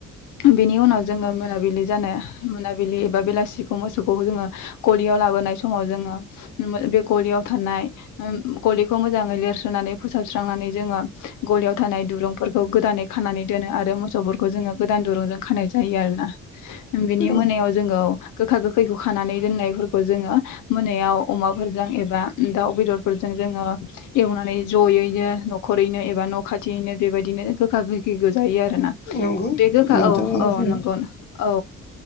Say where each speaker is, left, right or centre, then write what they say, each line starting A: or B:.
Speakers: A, on the left; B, on the left.
A: बेनि उनाव जोङो मोनाबिलि जानो मोनाबिलि एबा बेलासिखौ मोसौखौ जोङो गलियाव लाबोनाय समाव जोङो बे गलियाव थानाय उम गलिखौ मोजाङै लिरस्रोननानै फोसाबस्रांना नानै जोङो गलियाव थानाय दुरुंफोरखौ गोदानै खानानै दोनो आरो मोसौफोरखौ जोङो गोदान दुरुंजों खानाय जायो आरो ना। बिनि
B: औ
A: मोनायाव जोङो गोखा गोखैखौ खानानै दोननायफोरखौ जोङो मोनायाव अमाफोरजों एबा दाउ बेदरफोरजों जोङो एवनानै ज'यैनो न'खरैनो एबा न' खाथियैनो बेबायदिनो गोखा गोखौखो जायो आरोना।
B: नंगौ
A: बे गोखा
B: नोंथां
A: औ
B: बुंनाय
A: औ
B: सैथो
A: नंगौ औ